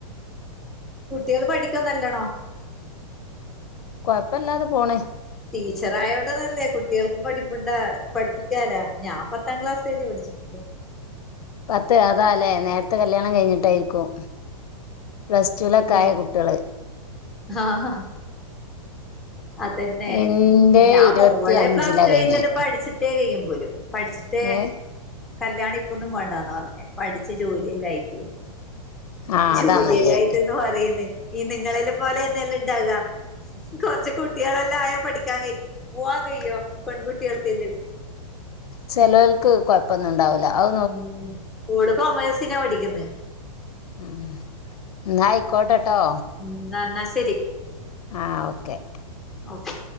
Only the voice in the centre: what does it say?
കുട്ടികൾ പഠിക്കോന്നല്ലണം
ടീച്ചറായോണ്ട് നല്ലേ കുട്ടികൾക്ക് പഠിപ്പുണ്ട പഠപ്പികാല ഞാൻ പത്താം ക്ലാസ് വരെ പഠിച്ച് <unintelligible>
ആഹ്
ആഹ് ഹാ ഹ അതന്നെ
ഞാൻ
മോളെ
പ്ലാസ്റ്റ്
കഴഞ്ഞിട്ട് പഠിച്ചിട്ട് പെയ്യും പോലും പഠിച്ചിട്ട്
കല്യാണം ഇപ്പൊന്നും വേണ്ടാന്നാ പറഞ്ഞേ പഠിച്ച് ജോലി എല്ലാം ആയിട്ട്
ജോലിയെല്ലാ
ആയിട്ട്ന്ന് പറയുന്ന് ഈ നിങ്ങളെ എല്ലാം പോലെന്നെല്ലെ ഇണ്ടാകാ കൊറ്ച്ച് കുട്ട്യേളെല്ലായാ പഠിക്കാൻ കയ് പൂവ്വാൻ കെയ്യോ പെൺകുട്ടികൾക്കെല്ലും
ഉം ഓള് കൊമേഴ്സിനാ പഠിക്ക്ണ്
ഉം ന്നാ എന്നാ ശരി
ഓക്കെ